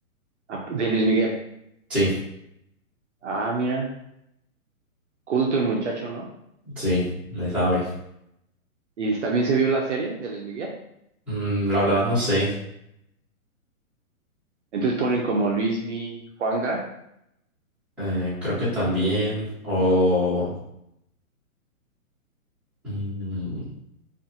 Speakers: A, on the right; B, in the centre.
A: Ah, de Luis Miguel.
B: Sí,
A: Ah, mira, culto el muchacho, ¿no?
B: sí, le sabe.
A: Y también se vio la serie de Luis Miguel.
B: Mm, la verdad no sé,
A: Entonces ponen como Luismi, Juanga.
B: eh, creo que también, o mm,